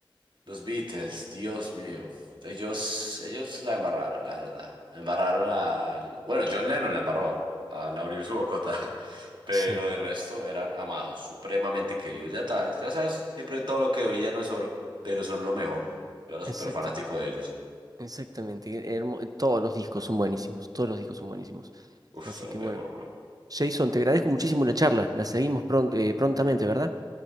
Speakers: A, on the right (about 60°); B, on the right (about 45°).
A: Los Beatles, Dios mío. Ellos, ellos la embarraron, la verdad. La embarraron al... Bueno, John Lennon la embarró al abrir su bocota. <laughs> Pero
B: Sí,
A: de resto eran amados, supremamente queridos. Ya está, ya sabes, siempre todo lo que brilla no es oro, pero son lo mejor. Yo era
B: exacto.
A: súper fanático de ellos.
B: Exactamente, hermo- todos los discos son buenísimos, todos los discos son buenísimos.
A: Uf,
B: Así
A: son
B: que
A: lo mejor,
B: bueno,
A: bro.
B: Jason, te agradezco muchísimo la charla, la seguimos pron- eh, prontamente, ¿verdad?